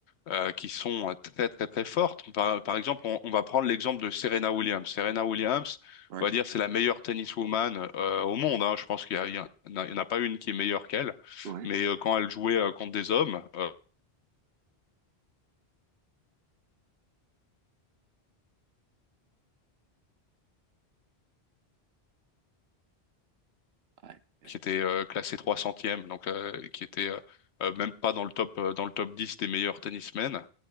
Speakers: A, on the left (about 85°); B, on the right (about 70°).
A: euh, qui sont euh, très très très fortes. Par, par exemple, on, on va prendre l'exemple de Serena Williams. Serena Williams,
B: Ouais,
A: on va dire, c'est la meilleure tenniswoman euh, au monde. hein. Je pense qu'il y a, il y en a- il y en a pas une qui est meilleure qu'elle.
B: ouais,
A: Mais euh, quand elle jouait euh, contre des hommes euh,
B: Ouais, ouais.
A: qui étaient euh, classés trois centièmes, donc euh, qui étaient euh, euh, même pas dans le top euh, dans le top 10 des meilleurs tennismen,